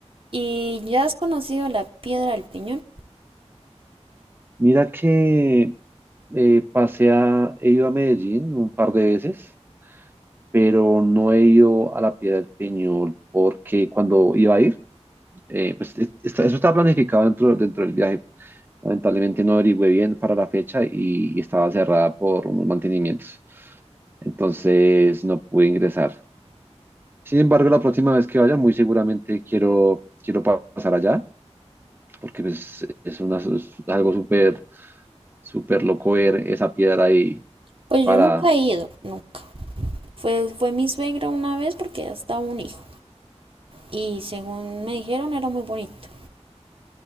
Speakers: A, on the right; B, on the right.
A: ¿Y ya has conocido la piedra del peñón
B: Mira que eh, pasé a, he ido a Medellín un par de veces, pero no he ido a la Piedra del Peñol porque cuando iba a ir, eh, pues es- está- eso estaba planificado dentro, dentro del viaje. Lamentablemente no averigüé bien para la fecha y, y estaba cerrada por unos mantenimientos. Entonces no pude ingresar. Sin embargo, la próxima vez que vaya, muy seguramente quiero, quiero pa- pasar allá porque pues, es, una, es algo súper, súper loco ver esa piedra ahí
A: Pues
B: para
A: yo nunca he ido, no. Fue, fue mi suegra una vez porque ya estaba un hijo y según me dijeron era muy bonito.